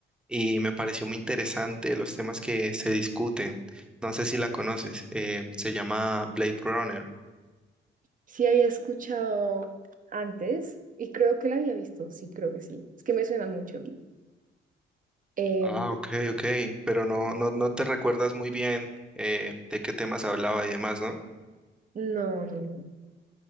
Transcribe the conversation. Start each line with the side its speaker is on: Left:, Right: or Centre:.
Centre: y me pareció muy interesante los temas que se discuten. No sé si la conoces, eh, se llama Blade Runner.
Right: Sí había escuchado antes y creo que la había visto, sí, creo que sí. Es que me suena mucho. Eh,
Centre: Ah, ok, ok, pero no, no, no te recuerdas muy bien eh, de qué temas hablaba y demás, ¿no?
Right: no, no, no.